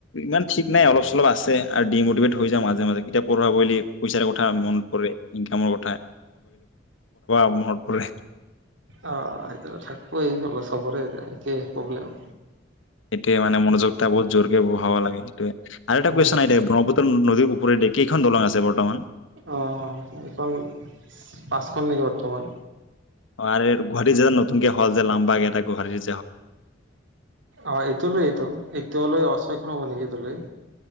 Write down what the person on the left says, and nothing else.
ইমান ঠিক নাই অলপ-চলপ আছে। আৰু ডিমটিভেট হৈ যাওঁ মাজে মাজে কিতাপ পঢ়াবই লাগিব পইচাৰ কথা মনত পৰে। ইনকামৰ ত বাগ কথা <unintelligible> তাৰপৰে <unintelligible>
এতিয়া মানে মনোযোগতা বহুত জোৰকে বঢ়াব লাগে সেইটোৱে। আৰু এটা
কুৱেচন আহি থাকে ব্ৰহ্মপুত্ৰ নদীৰ ওপৰেদি কেইখন দলং আছে বৰ্তমান?
অ' আৰু এইটো গুৱাহাটীত যে এতিয়া নতুনকে হ'ল যে লাম্বাগ এটা গুৱাহাটীত